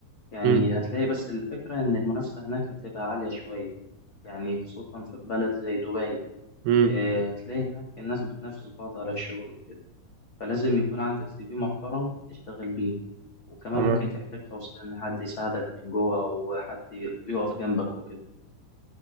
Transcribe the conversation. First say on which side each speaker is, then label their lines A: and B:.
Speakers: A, on the left; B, on the right.
A: يعني
B: مم.
A: هتلاقي بس الفكرة إن المنافسة هناك هتبقى عالية شوية يعني خصوصا في بلد زي دبي
B: مم.
A: إيه، هتلاقي هناك الناس بتنافس بعض على الشغل وكده فلازم يكون عندك سي في محترم تشتغل بيه وكمان
B: تمام
A: ممكن تحتاج توصل إن حد يساعدك من جوه أو حد يقف جنبك وكده